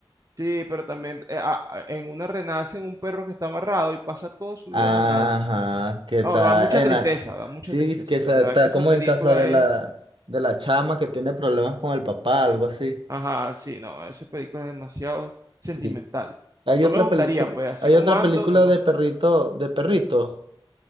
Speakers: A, on the right (about 40°); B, on the right (about 65°).
A: Sí, pero también eh, a- a- en una renacen un perro que está amarrado y pasa toda su
B: Ajá,
A: vida amarrado.
B: ¿qué
A: No,
B: tal?
A: da mucha
B: En
A: tristeza,
B: la-
A: da mucha
B: Sí,
A: tristeza.
B: es que esa-
A: De verdad
B: está
A: que esa
B: como
A: película
B: en casa de la,
A: es
B: de la chama que tiene problemas con el papá, algo así.
A: Ajá, sí, no, esa película es demasiado sentimental.
B: Sí. Hay
A: No
B: otra
A: me gustaría,
B: película,
A: pues, así
B: hay
A: como
B: otra
A: ando,
B: película
A: no me
B: de
A: gustaría.
B: perrito, de perrito,